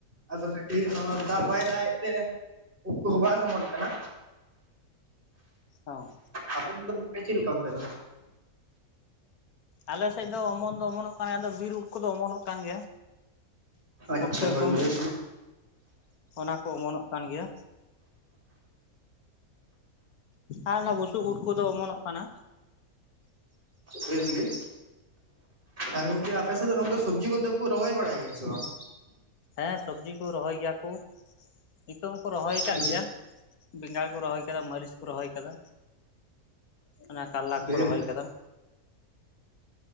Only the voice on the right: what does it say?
ᱟᱫᱚ ᱠᱟᱹᱴᱤᱡ ᱱᱚᱣᱟ ᱫᱟᱜ ᱵᱟᱭ ᱫᱟᱜᱮᱫ ᱛᱮ ᱩᱫ ᱠᱚᱫᱚ ᱵᱟᱝ ᱚᱢᱚᱱᱚᱜ ᱠᱟᱱᱟ᱾
ᱟᱯᱮ ᱥᱮᱱ ᱫᱚ ᱪᱮᱫ ᱞᱮᱠᱟ ᱚᱱᱛᱮ ᱫᱚ?
ᱟᱪᱪᱷᱟ
ᱦᱚᱭ
<unintelligible>
ᱰᱷᱤᱨ ᱜᱮ ᱟᱨ ᱜᱚᱝᱠᱮ ᱟᱯᱮ ᱥᱮᱫ ᱫᱚ ᱱᱚᱣᱟ ᱫᱚ ᱥᱚᱵᱡᱤ ᱠᱚᱫᱚ ᱠᱚ ᱨᱚᱦᱚᱭ ᱵᱟᱲᱟᱭ ᱜᱮᱭᱟ ᱥᱮ ᱵᱟᱝ?
ᱟᱪᱪᱷᱟ
ᱵᱮᱥ